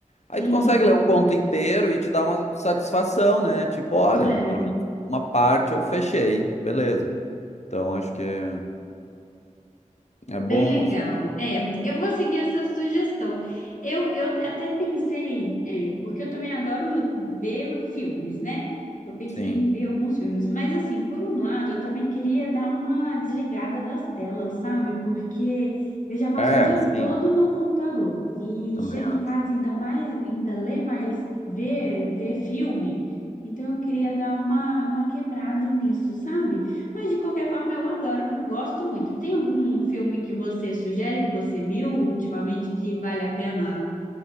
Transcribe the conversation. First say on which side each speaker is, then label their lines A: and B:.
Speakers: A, on the left; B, on the left.
A: Aí
B: sim,
A: tu consegue ler o conto inteiro e te dá uma satisfação, né? Tipo, olha,
B: é.
A: pelo menos uma parte eu fechei, beleza. Então acho que é, é bom,
B: Bem legal.
A: assim.
B: É, eu vou seguir essa sugestão. Eu, eu até pensei, é, porque eu também adoro ver filmes, né? Eu pensei
A: Sim.
B: em ver alguns filmes, mas assim, por um lado, eu também queria dar uma desligada das telas, sabe? Porque eu já passo
A: É,
B: o dia
A: sim,
B: todo no computador e
A: também
B: chego
A: acho.
B: em casa ainda mais, ainda ler mais, ver, ver filme. Então eu queria dar uma, uma quebrada nisso, sabe? Mas de qualquer forma eu adoro, eu gosto muito. Tem algum filme que você sugere que você viu ultimamente que vale a pena